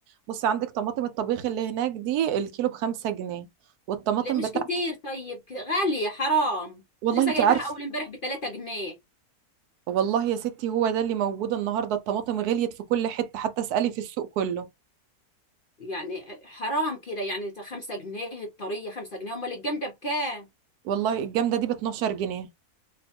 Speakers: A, on the right; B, on the left.
A: بصي عندك طماطم الطبيخ اللي هناك دي الكيلو بخمسة جنيه والطماطم
B: لا مش
A: بتاعت
B: كتير طيب ك- غاليه حرام
A: والله
B: لسه
A: انت
B: جايباها
A: عارفة
B: اول امبارح ب 3 جنيه
A: والله يا ستي هو ده اللي موجود النهاردة الطماطم غليت في كل حتة حتى اسألي في السوق كله
B: يعني حرام كده يعني 5 جنيه الطريه 5 جنيه امال الجامده بكام
A: والله الجامدة دي ب 12 جنيه